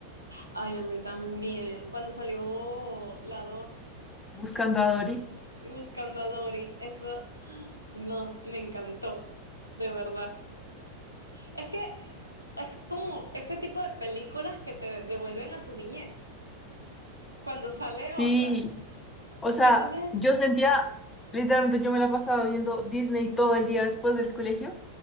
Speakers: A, on the left; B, on the left.
A: Ay, a mí también. Cuando salió la 2
B: Buscando a Dory.
A: buscando a Dory, eso. No, me encantó, de verdad. Es que es como ese tipo de películas que te devuelven a tu niñez cuando sale
B: Sí,
A: otra.
B: o sea,
A: Entonces,
B: yo sentía, literalmente yo me la pasaba viendo Disney todo el día después del colegio